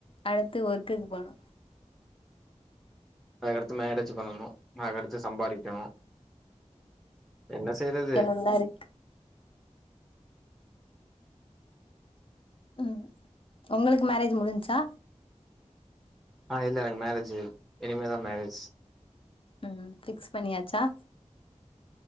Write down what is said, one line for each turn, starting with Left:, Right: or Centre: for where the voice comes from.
Left: அடுத்து ஒர்க்குக்கு போனு
Centre: அதுகடுத்து மேரேஜ் பண்ணணு அதுகடுத்து சம்பாரிக்கணு என்ன செய்றது
Left: நல்லாருக்கு ம் உங்களுக்கு மேரேஜ் முடிஞ்ச்சா
Centre: ஆ இல்ல எனக்கு மேரேஜு இனிமே தா மேரேஜ்
Left: ம் ஃபிக்ஸ் பண்ணியாச்சா